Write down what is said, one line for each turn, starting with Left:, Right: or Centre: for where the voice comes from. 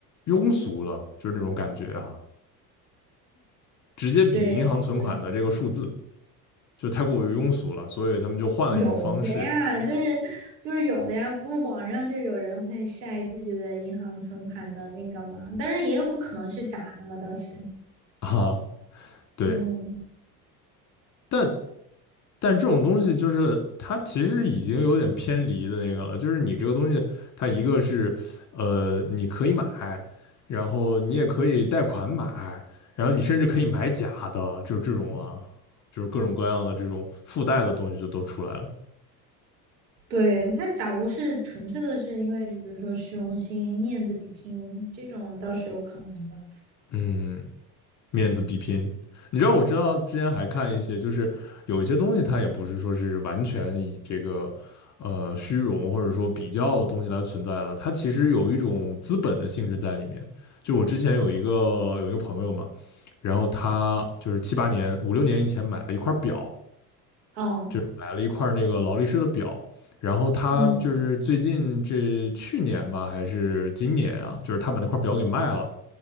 Left: 庸俗了，就是那种感觉啊，直接比银行存款的这个数字
Right: 对，我觉得是。
Left: 就太过于庸俗了，所以他们就换了一种方式
Right: 有的呀，就是就是有的呀，不网上就有人会晒自己的银行存款的那个嘛，但是也有可能是假的吧，倒是。
Left: 啊，对，
Right: 嗯，
Left: 但但这种东西就是它其实已经有点偏离的那个了，就是你这个东西，它一个是呃你可以买，然后你也可以贷款买，然后你甚至可以买假的，就是这种啊，就是各种各样的这种附带的东西就都出来了。
Right: 对，他假如是纯粹的是因为就比如说虚荣心、面子比拼这种倒是有可能的。
Left: 嗯面子比拼。你知道，我知道之前还看一些，就是有一些东西，它也不是说是完全以这个呃虚荣或者说比较的东西来存在的，它其实有一种资本的性质在里面。就我之前有一个有一个朋友嘛，然后他就是七八年五六年以前买了一块表，
Right: 哦，
Left: 就是买了一块那个劳力士的表，然后他就是最近这去年吧还是今年啊，
Right: 嗯，
Left: 就是他把那块表给卖了。